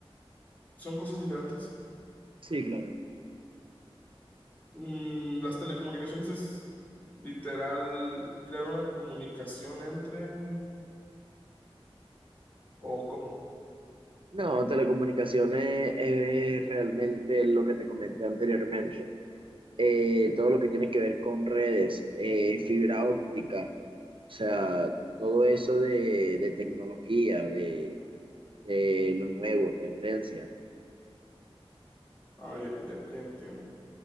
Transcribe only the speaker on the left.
¿Son cosas diferentes?
Mm, las telecomunicaciones es literal crear una comunicación entre o cómo.
Ah, ya, ya, ya entiendo.